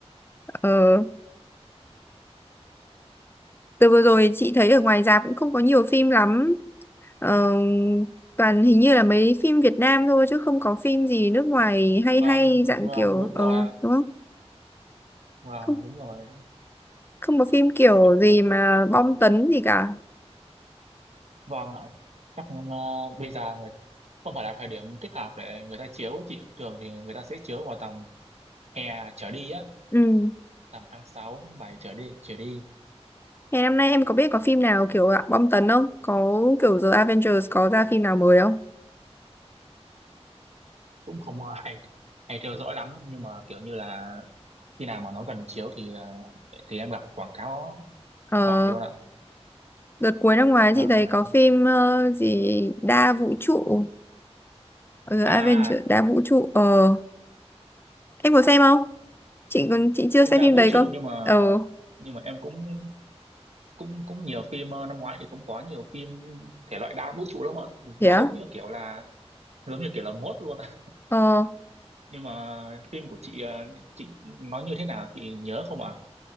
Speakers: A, on the left; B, on the right.
A: ờ, từ vừa rồi chị thấy ở ngoài rạp cũng không có nhiều phim lắm ờ, toàn hình như là mấy phim Việt Nam thôi chứ không có phim gì nước ngoài hay
B: vâng
A: hay dạng
B: vâng
A: kiểu
B: đúng
A: ờ
B: rồi ạ
A: đúng không
B: vâng
A: không
B: đúng rồi
A: không có phim kiểu
B: chắc
A: gì mà bom tấn gì cả
B: vâng ạ chắc ờ, bây giờ người không phải là thời điểm thích hợp để người ta chiếu ấy chị thường thì người ta sẽ chiếu vào tầm hè trở đi á
A: ừ
B: tầm tháng 6 tháng 7 trở đi trở đi
A: ngày năm nay em có biết có phim nào kiểu dạng bom tấn không có kiểu The Avengers có ra phim nào mới không
B: cũng không <laughs> có hay hay theo dõi lắm nhưng mà kiểu như là khi nào mà nó gần chiếu thì ờ, thì em gặp quảng cáo
A: ờ,
B: hoài luôn ạ
A: đợt cuối năm ngoái
B: và
A: chị thấy
B: là,
A: có
B: là,
A: phim ờ, gì đa vũ trụ The
B: à
A: Avengers đa vũ trụ ờ em có xem không chị còn chị chưa
B: phim
A: xem
B: đa
A: phim
B: vũ
A: đấy
B: trụ
A: cơ
B: nhưng mà
A: ờ
B: nhưng mà em cũng cũng cũng nhiều phim ờ, năm ngoái thì cũng có nhiều phim thể loại đa vũ trụ lắm ạ
A: thế
B: nó
A: á
B: giống như kiểu là <laughs> giống như kiểu là mốt luôn ạ
A: ờ
B: nhưng mà phim của chị ờ, chị nói như thế nào chị nhớ không ạ